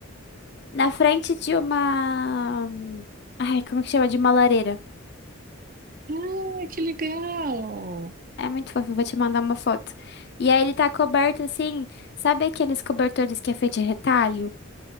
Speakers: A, on the left (about 50°); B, on the right (about 40°).
A: na frente de uma, ai, como é que chama? De uma lareira.
B: Ah, que legal.
A: É muito fofo, eu vou te mandar uma foto. E aí ele tá coberto assim, sabe aqueles cobertores que é feito de retalho?